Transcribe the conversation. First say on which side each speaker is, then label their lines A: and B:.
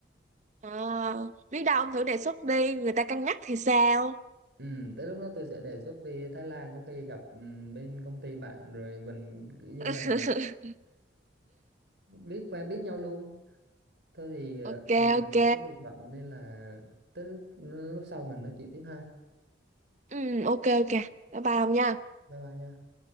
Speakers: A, on the right (about 40°); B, on the right (about 60°).
A: À, biết đâu ông thử đề xuất đi, người ta cân nhắc thì sao?
B: ừ, tới lúc đó tôi sẽ đề xuất đi Thái Lan có khi gặp ừ, bên công ty bạn rồi mình kiểu như
A: <laughs>
B: là biết quen biết nhau luôn thôi thì ờ,
A: Ok
B: giờ mình
A: ok.
B: cũng có việc bận nên là tới lúc sau mình nói chuyện tiếp ha
A: Ừ ok ok. Bye bye ông nha.
B: bye bye nha